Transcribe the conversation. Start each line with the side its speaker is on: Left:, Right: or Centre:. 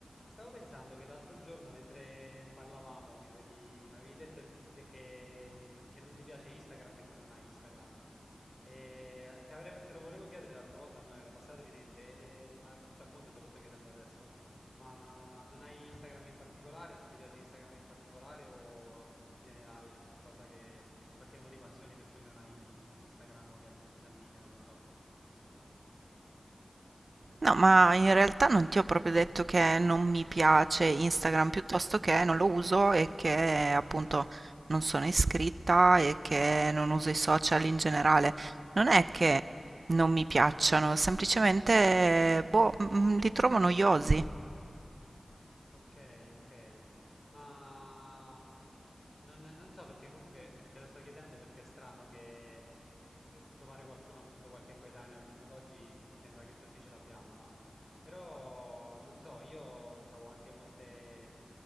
Left: Stavo pensando che l'altro giorno, mentre parlavamo, mi avevi, mi avevi detto il f- de- che, che non ti piace Instagram e che non hai Instagram. E te, avrei- te lo volevo chiedere l'altra volta, poi mi era passato di mente, eh, ma t- appunto te lo sto chiedendo adesso. Ma non hai Instagram in particolare? Non ti piace Instagram in particolare? O in generale c'è qualcosa che, qualche motivazione per cui non hai Instagram o gli altri social media? Non lo so.
Right: No, ma in realtà non ti ho proprio detto che non mi piace Instagram, piuttosto che non lo uso e che appunto non sono iscritta e che non uso i social in generale. Non è che non mi piacciono, semplicemente boh, mm, li trovo noiosi.
Left: Ok, ok. Ma Non, non so perché comunque te lo sto chiedendo perché è strano che eh, trovare qualcuno, appunto qualche coetaneo al giorno d'oggi sembra che tutti ce l'abbiamo, no? Però non so, io trovo anche molte,